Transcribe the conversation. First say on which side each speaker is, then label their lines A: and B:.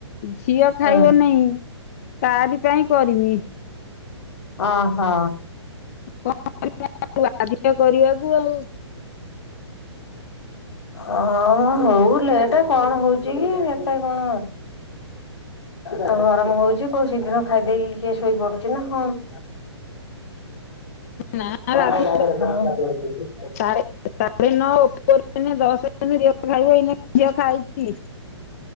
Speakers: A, on the left; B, on the left.
A: ଝିଅ ଖାଇବ
B: ଅହ।
A: ନାହିଁ। ତାରି ପାଇଁ କରିମି।
B: ଓ ହୋ।
A: କଣ କରିବା ବାଧ୍ୟ କରିବାକୁ ଆଉ।
B: ଅଁ ହଁ ହଉ ଲେଟେ କଣ ହଉଚି କି। ଏତେ କଣ ତ ଗରମ ହଉଚି କୋଉ ଶୀଘ୍ର ଖାଇଦେଇକି କିଏ ଶୋଇ ପଡୁଚି ନା କଣ?
A: ନା
B: <unintelligible>
A: ରାତି ସାଢେ ସାଢେ ନଅ ଉପର କିନି ଦଶ ଦିନ ହେନେ ଝିଅ ଖାଇବ ଏଇନେ ଝିଅ ଖାଇଚି।